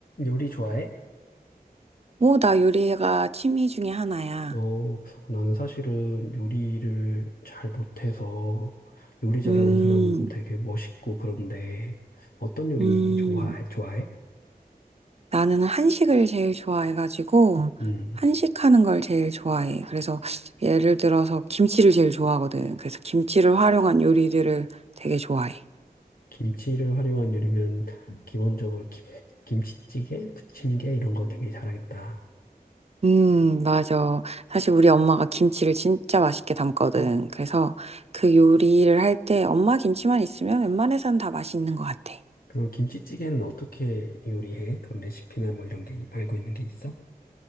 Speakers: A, on the left (about 65°); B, on the right (about 40°).
A: 요리 좋아해?
B: 오, 나 요리가 취미 중에 하나야.
A: 어, 나는 사실은 요리를 잘 못해서 요리 잘하는
B: 음,
A: 사람 되게 멋있고 그런데 어떤 요리
B: 음,
A: 좋아해? 좋아해?
B: 나는 한식을 제일 좋아해가지고,
A: 음,
B: 한식하는 걸 제일 좋아해. 그래서 예를 들어서 김치를 제일 좋아하거든. 그래서 김치를 활용한 요리들을 되게 좋아해.
A: 김치를 활용한 요리면 기본적으로 김, 김치찌개, 부침개 이런 거 되게 잘하겠다.
B: 음, 맞아. 사실 우리 엄마가 김치를 진짜 맛있게 담거든. 그래서 그 요리를 할 때 엄마 김치만 있으면 웬만해선 다 맛있는 것 같아.
A: 그럼 김치찌개는 어떻게 요리해? 그런 레시피나 뭐 이런 게 알고 있는 게 있어?